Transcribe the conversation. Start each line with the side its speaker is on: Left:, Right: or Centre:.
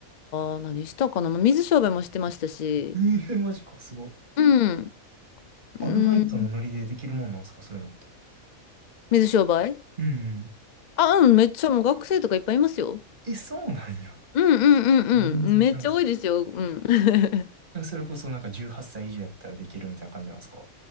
Left: は、何したかな、まあ水商売もしてましたし、
Right: ええー、マジか、すごい。
Left: うん、
Right: アルバイトのノリでできるもんなんですかそういうのって。
Left: うん、水商売
Right: うんうん。
Left: あ、うん、めっちゃもう学生とかいっぱいいますよ。
Right: え、そうなんや。
Left: うんうんうんうん。
Right: 全然知らん。
Left: めっちゃ多いですよ。うん。<laughs>
Right: でもそれこそなんか18歳以上やったらできるみたいな感じなんですか